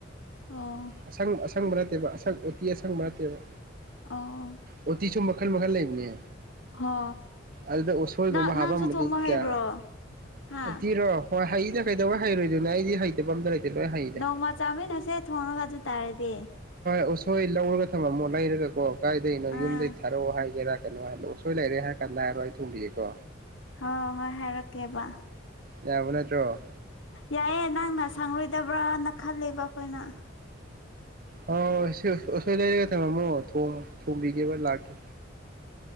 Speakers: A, on the left; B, on the right.
A: ꯑꯣ
B: ꯑꯁꯪ ꯑꯁꯪꯕ ꯅꯠꯇꯦꯕ ꯑꯁꯪ ꯎꯇꯤ ꯑꯁꯪꯕ ꯅꯠꯇꯦꯕ
A: ꯑꯣ
B: ꯑꯣꯠꯇꯤꯁꯨ ꯃꯈꯜ ꯃꯈꯜ ꯂꯩꯕꯅꯦ
A: ꯍꯣ
B: ꯑꯗꯨꯗ ꯎꯁꯣꯏꯒꯨꯝꯕ
A: ꯅꯪ ꯅꯪꯁꯨ
B: ꯍꯥꯞꯄꯝꯕꯗꯤ
A: ꯊꯣꯡꯕ ꯍꯩꯕ꯭ꯔꯣ
B: ꯀꯌꯥ
A: ꯍꯥ
B: ꯑꯇꯤꯔꯣ ꯍꯣꯏ ꯍꯩꯗ ꯀꯩꯗꯧꯕ ꯍꯩꯔꯣꯏꯗꯣꯏꯅꯦ ꯑꯩꯗꯤ ꯍꯩꯇꯕ ꯑꯝꯇ ꯂꯩꯇꯦ ꯂ ꯍꯗ
A: ꯅꯣꯡꯃ ꯆꯥꯃꯤꯟꯅꯁꯦ ꯊꯣꯡꯉꯒ ꯑꯗꯨ ꯇꯥꯔꯗꯤ
B: ꯑꯣ ꯊꯣꯏ ꯂꯧꯔꯒ ꯊꯝꯃꯝꯃꯣ ꯂꯩꯔꯒ ꯀꯣ ꯀꯥꯏꯗꯅꯣ
A: ꯑꯥ
B: ꯌꯨꯝꯗꯩ ꯊꯥꯔꯛꯑꯣ ꯍꯥꯏꯒꯦꯔꯥ ꯀꯩꯅꯅꯜꯣꯔꯔꯤ ꯍꯔ ꯀꯥꯟꯗꯥꯔꯣ ꯊꯕꯤꯀꯣ
A: ꯍꯣꯏ ꯍꯣꯏ ꯍꯥꯏꯔꯛꯀꯦꯕ
B: ꯌꯥꯕꯅꯠꯇ꯭ꯔꯣ
A: ꯌꯥꯏꯑꯦ ꯅꯪꯅ ꯁꯪꯔꯣꯏꯗꯕ꯭ꯔꯅ ꯈꯜꯂꯦꯕ ꯑꯩꯈꯣꯏꯅ
B: ꯑ ꯑꯁꯣꯏ ꯂꯩꯔꯒ ꯊꯝꯃꯃꯣ ꯊꯣꯡꯕꯤꯒꯦꯕ ꯂꯥꯛꯀꯦ